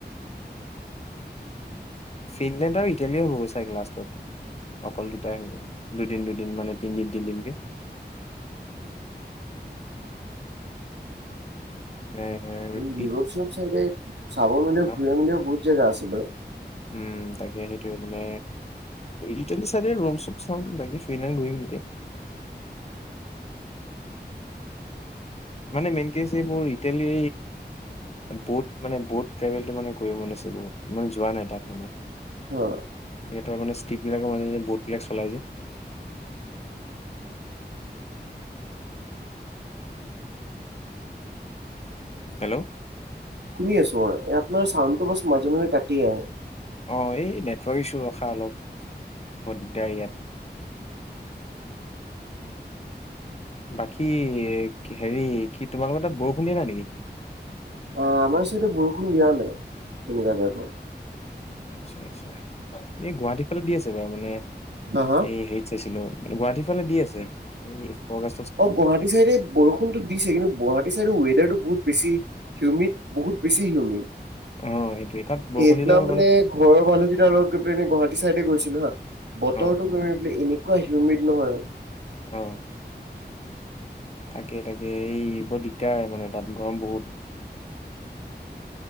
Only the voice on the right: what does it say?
ইউৰোপ চিইউৰোপ চাইডে চাব মেলিব
ঘূৰিব মেলিব বহুত জেগা আছে বাৰু।
অ।
শুনি আছো মই। এয়াত মানে চাউণ্ডটো বাচ মাজে মাজে কাটি আহে।
অ আমাৰ চাইডে বৰষুণ দিয়া নাই তেনেকুৱা টাইপৰ।
হা হা?
অ' গুৱাহাটী চাইদে- বৰষুণতো দিছে, কিন্তু গুৱাহাটী চাইদে ৱেডাৰটো বহুত বেছি হিউমিড বহুত- বেছি হিউমিড।
সেইদিনা
মানে ঘৰৰ মানুহকেইটা অলপ গুৱাহাটী চাইডে গৈছিলো হাঁ- বতৰটো
<unintelligible> এনেকুৱা হিউমিড নহয়।